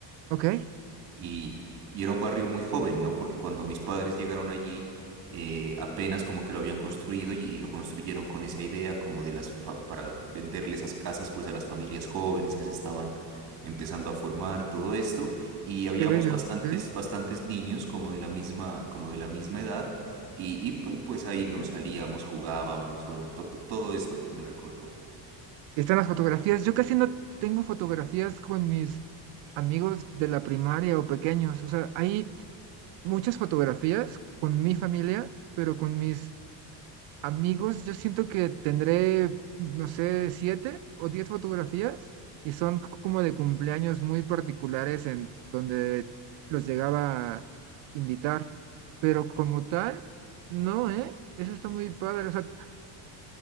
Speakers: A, on the right (about 70°); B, on the right (about 40°).
A: ok,
B: Y, y era un barrio muy joven, ¿no? Porque cuando mis padres llegaron allí, eh, apenas como que lo habían construido y, y lo construyeron con esa idea como de las, fa- para venderle esas casas pues a las familias jóvenes que se estaban empezando a formar, todo esto. Y habíamos
A: qué bello,
B: bastantes,
A: ok.
B: bastantes niños como de la misma, como de la misma edad. Y, y pues, pues ahí, ¿no? Salíamos, jugábamos, bueno, to- to- todo esto pues me recordó. <laughs>
A: Y están las fotografías. Yo casi no tengo fotografías con mis amigos de la primaria o pequeños. O sea, hay muchas fotografías con mi familia, pero con mis Amigos, yo siento que tendré, no sé, siete o diez fotografías y son c- como de cumpleaños muy particulares en donde los llegaba a invitar, pero como tal, no, ¿eh? Eso está muy padre. O sea,